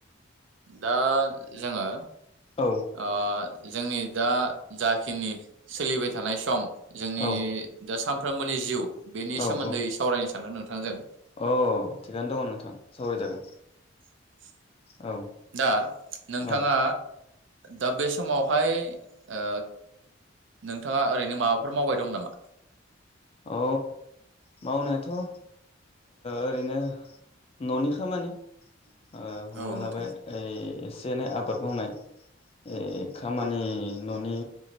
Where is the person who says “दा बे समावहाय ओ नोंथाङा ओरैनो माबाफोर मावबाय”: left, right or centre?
Right